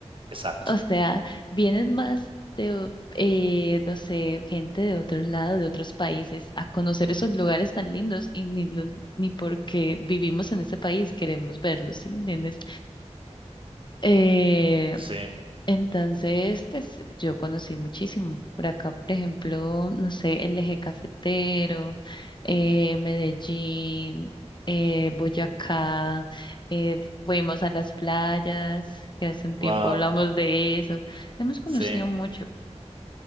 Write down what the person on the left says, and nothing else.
O sea, vienen más de, o- eh, no sé, gente de otros lados, de otros países, a conocer
esos lugares tan lindos y ni, lo- ni porque vivimos en ese país queremos verlos, ¿sí me entiendes? Eh,
entonces, pues yo conocí muchísimo. Por acá, por ejemplo, no sé, el eje cafetero, eh, Medellín, eh, Boyacá, eh, fuimos a las playas, que hace un
tiempo hablamos de eso. Hemos conocido
mucho.